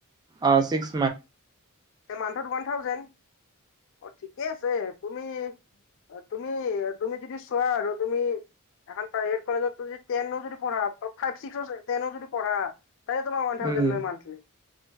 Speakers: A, on the right; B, on the left.
A: অ ছিক্স
B: মান্থত ওৱান থাউজেণ্ড অ ঠিকে আছে তুমি অ তুমি তুমি যদি চোৱা আৰু তুমি এখন প্ৰাইভেট কলেজত যদি টেনো যদি পঢ়া ফ ছিক্স ও যদি পঢ়া তাতে তোমাৰ ৱান থাউজেণ্ড
A: উম
B: লয় মান্থলি